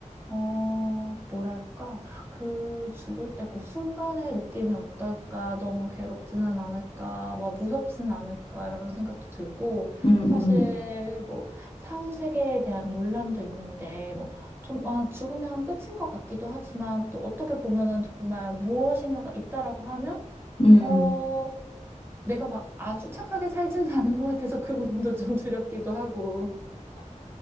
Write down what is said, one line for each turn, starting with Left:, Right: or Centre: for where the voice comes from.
Right: 어, 뭐랄까, 그 죽을 때 그 순간의 느낌이 어떨까, 너무 괴롭지는 않을까, 막 무섭진 않을까, 이런 생각도 들고,
Left: 음,
Right: 사실
Left: 음,
Right: 뭐, 사후 세계에 대한 논란도 있는데, 뭐, 좀, 아, 죽으면 끝인 것 같기도 하지만, 또 어떻게 보면은 정말 무엇인가가 있다라고 하면,
Left: 음.
Right: 어, 내가 막 아주 착하게 살지는 않은 것 같아서 그 부분도 좀 두렵기도 하고.